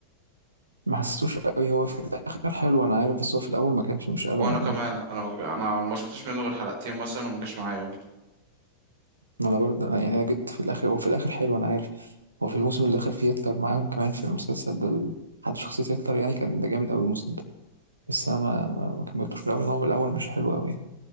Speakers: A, on the right; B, on the right.
A: ما حسيتوش قوي هو في الاخر حلو انا عارف بس هو في الاول ما كانش مش قوي
B: وانا
A: يعني
B: كمان
A: كمان
B: انا انا ما شفتش منه غير حلقتين مثلا وما جاش معايا برضه
A: ما انا برضه أنا يعني انا جيت في الاخر هو في الاخر حلو انا عارف هو في الموسم اللي دخل فيه هتلر معاهم كمان في المسلسل ده ال- حد شخصيه هتلر يعني كان ده جامد قوي الموسم ده بس انا ما, ما, ما كملتوش من الاول إن هو من الاول مش حلو قوي يعني